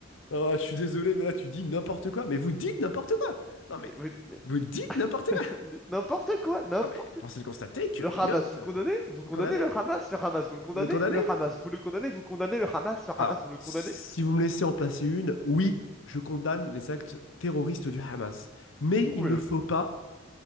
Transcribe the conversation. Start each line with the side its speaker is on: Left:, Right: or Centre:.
Left: Non, je suis désolé, mais là, tu dis n'importe quoi. Mais vous dites n'importe quoi! Non, mais
Centre: Mais, mais, mais-
Left: vous dites n'importe
Centre: <laughs>
Left: quoi!
Centre: mais n'importe quoi, n'importe
Left: Non, mais force
Centre: quoi.
Left: est de constater que
Centre: Le
Left: Elliot,
Centre: Hamas, vous le
Left: euh,
Centre: condamnez? Vous condamnez
Left: condamné.
Centre: le Hamas? Le Hamas, vous le condamnez?
Left: Le condamner?
Centre: Le Hamas, vous le condamnez? Vous condamnez le Hamas? Le
Left: Alors,
Centre: Hamas, vous le
Left: si
Centre: condamnez?
Left: vous me laissez en placer une, oui, je condamne les actes terroristes du Hamas. Mais
Centre: Prouvez-le.
Left: il ne faut pas...